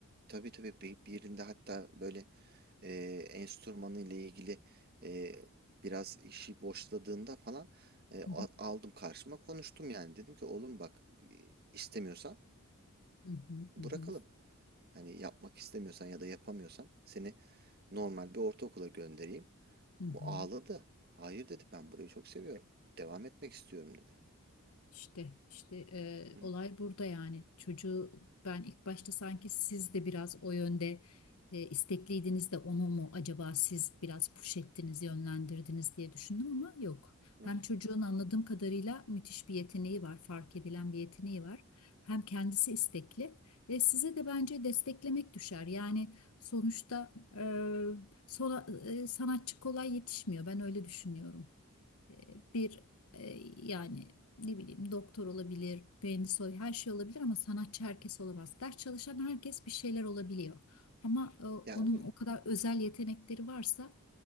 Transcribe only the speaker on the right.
Tabii tabii bir bir yerinde hatta böyle e, enstrümanı ile ilgili e, biraz işi boşladığında falan e, a-
aldım karşıma konuştum yani dedim ki oğlum bak e, istemiyorsan
bırakalım.
Hani yapmak istemiyorsan ya da yapamıyorsan seni normal bir ortaokula göndereyim.
Bu ağladı. Hayır dedi ben burayı çok seviyorum. Devam etmek istiyorum dedi.
Hı
hı,
hı
hı.
Ya öyle.